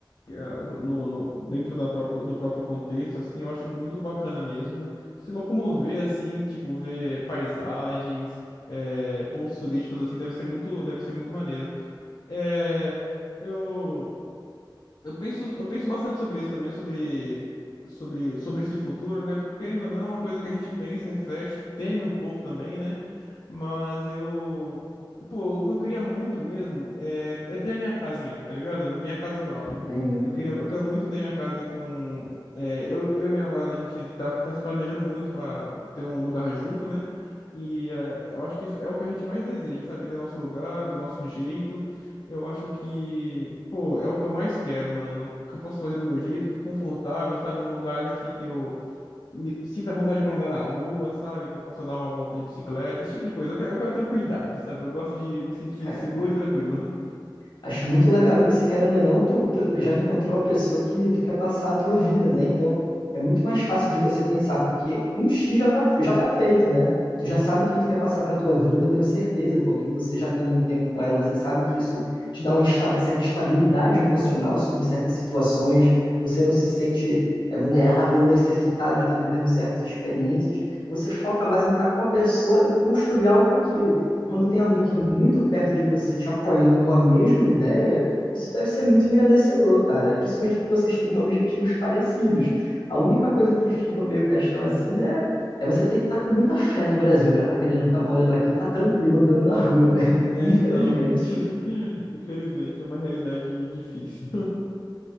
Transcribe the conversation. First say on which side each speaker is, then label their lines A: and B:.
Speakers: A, on the left; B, on the left.
A: é, o pro- no- no- dentro da próprio, do próprio contexto, assim, eu acho muito bacana mesmo se locomover, assim, tipo, ver paisagens, é, pontos turísticos, assim, deve ser muito, deve ser muito maneiro. É, eu... Eu penso, eu penso bastante sobre isso também, sobre, sobre, sobre esse futuro, né? Porque querendo ou não, é uma coisa que a gente pensa, reflete, teme um pouco também, né? Mas eu. Pô, o que eu queria muito mesmo é, é ter a minha casinha, tá ligado? Minha casa própria.
B: Entendo.
A: Eu queria, eu quero muito ter minha casa com. é, eu, eu e minha namorada, a gente tá, tá se planejando muito pra ter um lugar junto, né? E é, eu acho que isso é o que a gente mais deseja, sabe? Ter o nosso lugar, do nosso jeito. Eu acho que, pô, é o que eu mais quero, mano. O que eu posso fazer do meu jeito, do confortável, sabe? Num lugar assim que eu me me sinta à vontade pra andar na rua, sabe? Que eu possa dar uma volta de bicicleta, esse tipo de coisa. Eu quero, eu quero tranquilidade, sabe? Eu gosto de me sentir
B: Cara,
A: seguro e tranquilo. <laughs>
B: Acho muito legal isso, e querendo ou não, tu pe- já encontrou a pessoa que tu quer passar a tua vida, né? Então é muito mais fácil de você pensar, porque um X já tá, já tá feito, né? Tu já sabe quem tu quer passar pra tua vida, eu tenho certeza, porque você já estando um tempo com ela, você sabe que isso te dá uma esta- certa estabilidade emocional sobre certas situações, você não se sente é, vulnerável, necessitado de estar vivendo certas experiências, você foca mais em estar com a pessoa e construir algo com aquilo.
A: Sim.
B: Quando tem alguém que é muito perto de você te apoiando numa mesma ideia, isso deve ser muito engrandecedor, cara. E principalmente que vocês têm objetivos parecidos. A única coisa que fica meio questão assim, né? É você ter que estar com muita fé no Brasil para estar querendo estar morando aqui, e estar tranquilo andando na rua, né? <laughs>
A: É,
B: Infelizmente.
A: então. <laughs> Infelizmente, é uma realidade difícil.